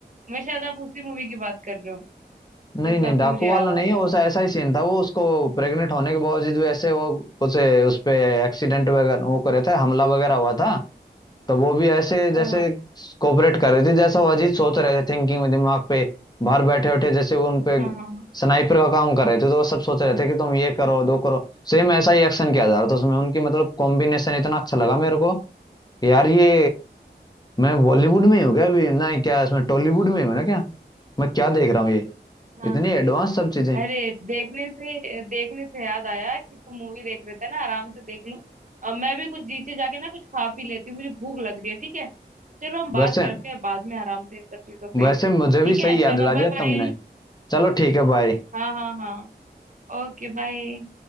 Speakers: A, on the right (about 45°); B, on the left (about 25°).
A: मैं शायद आप उसी मूवी की बात कर रहे हो
B: नहीं
A: इस हिसाब
B: नहीं
A: से
B: डाकू
A: मुझे याद
B: वाला
A: आ
B: नहीं
A: रहा
B: है उस
A: है
B: ऐसा ही सीन था वो उसको प्रेग्नेंट होने के बावजूद भी ऐसे वो उसे उस पे एक्सीडेंट वगैरह वो करे थे हमला वगैरह हुआ था तो वो भी ऐसे जैसे
A: हाँ हाँ
B: कोऑपरेट कर रहे थे जैसा वो अजीत सोच रहे थे थिंकिंग में दिमाग पे बाहर बैठे उठे जैसे वो उन पे
A: हाँ हाँ
B: स्नाइपर का काम कर रहे थे तो वो सब सोच रहे थे कि तुम ये करो दो करो सेम ऐसा ही एक्शन किया जा रहा था उसमें उनकी मतलब कॉम्बिनेशन इतना अच्छा लगा मेरे को कि यार ये मैं बॉलीवुड में ही हूँ क्या अभी ना ही क्या इसमें टॉलीवुड में हूँ ना क्या मैं क्या देख रहा हूँ ये
A: हाँ
B: इतनी
A: हाँ।
B: एडवांस सब चीजें
A: अरे देखने से देखने से याद आया कि तुम मूवी देख रहे थे ना आराम से देख लो अब मैं भी कुछ नीचे जाके ना कुछ खा पी लेती हूँ मुझे भूख लग रही है ठीक है चलो हम बात
B: वैसे
A: करते हैं बाद में आराम से इन सब चीजों पे
B: वैसे
A: ठीक
B: मुझे भी
A: है
B: सही
A: चलो
B: याद दिला
A: बाय
B: दिया
A: बाय
B: तुमने चलो ठीक है बाय
A: हाँ हाँ हाँ Okay bye